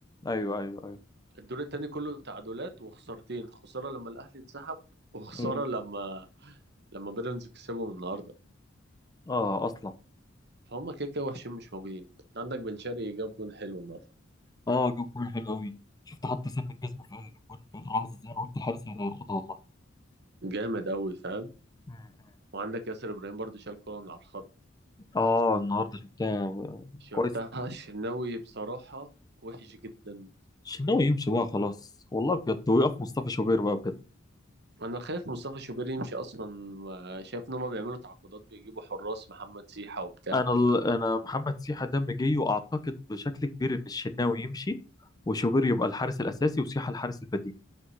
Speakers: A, on the left; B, on the right.
A: ايوه ايوه ايوه
B: الدور التاني كله تعادلات وخسارتين خسارة لما الأهلي انسحب وخسارة
A: امم
B: لما لما بيراميدز كسبهم النهاردة
A: اه اصلا
B: فهم كده كده وحشين مش موجودين انت عندك بن شرقي جاب جون حلو النهاردة
A: اه جاب جول حلو قوي شفت حتى سن الجزم في اخر الجول في اخر لحظه زي انا قلت الحارس هياخدها
B: جامد أوي فاهم
A: والله
B: وعندك ياسر إبراهيم برضو شال كورة من على الخط
A: اه النهارده شفتها
B: شفتها
A: كويس
B: الشناوي بصراحة وحش جدا
A: الشناوي يمشي بقى خلاص والله بجد ويقف مصطفى شوبير بقى بجد
B: أنا خايف مصطفى شوبير يمشي أصلا شايف إن هما بيعملوا تعاقدات بيجيبوا حراس محمد سيحة وبتاع
A: انا ال... انا محمد سيحه دم جاي واعتقد بشكل كبير ان الشناوي يمشي وشوبير يبقى الحارس الاساسي وسيحه الحارس البديل